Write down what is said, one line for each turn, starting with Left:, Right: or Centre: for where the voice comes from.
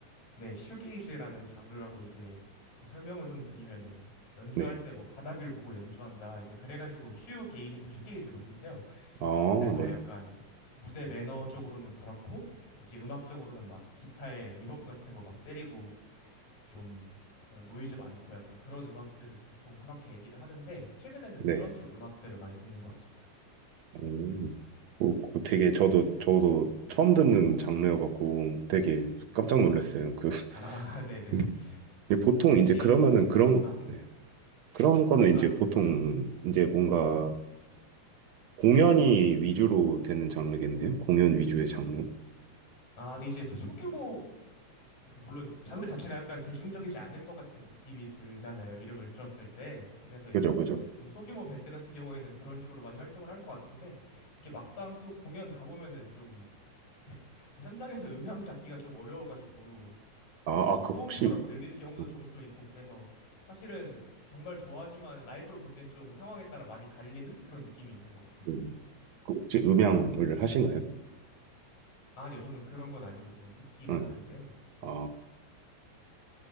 Left: 네, 슈게이즈라는 장르라고 이게 그 설명을 좀 드리면은, 연주할
Right: 네.
Left: 때 뭐 바닥을 보고 연주한다. 이제 그래가지고 슈게이즈에서 슈게이즈거든요.
Right: 아,
Left: 이제 그래서
Right: 네.
Left: 약간 무대 매너 쪽으로는 그렇고, 이제 음악적으로는 막 기타에 리버브 같은 거 막 때리고, 좀 그런 노이즈 많고 약간 그런 음악들을 보통 그렇게 얘기를 하는데 최근에는
Right: 네.
Left: 그런 쪽 음악들을 많이 듣는 것 같습니다.
Right: 음. 그- 그 되게 저도, 저도 처음 듣는 장르여갖고 되게 깜짝 놀랐어요. 그, <laughs>
Left: 아, <laughs> 네네.
Right: 이게 보통
Left: 혹시
Right: 이제 그러면은
Left: A님은 그러면
Right: 그런,
Left: 아, 네.
Right: 네. 그런 거는
Left: 말씀하세요.
Right: 이제 보통 이제 뭔가 공연이 위주로 되는 장르겠네요. 공연 위주의 장르.
Left: 아, 네 이제 그 소규모 그 물론 장르 자체가 약간 대중적이지 않을 것 같은 느낌이 들잖아요. 이름을 들었을 때. 그래서 이제
Right: 그죠, 그죠.
Left: 좀 소규모 밴드 같은 경우에는 그런 식으로 많이 활동을 할 것 같은데 이게 막상 또 공연 가보면은 좀 그 현장에서 음향 잡기가 좀 어려워가지고
Right: 아,
Left: 되게 좀
Right: 아, 그
Left: 소음처럼
Right: 혹시,
Left: 들리는 경우도
Right: 음,
Left: 종종 있고 그래서 사실은 정말 좋아하지만 라이브로 볼 땐 좀 상황에 따라 많이 갈리는 그런 느낌이 있는 것 같아요.
Right: 음, 그 혹시 음향을 하시나요?
Left: 아, 아니요, 저는 그런 건 아니고 그냥 듣기만
Right: 응.
Left: 하는데요.
Right: 아,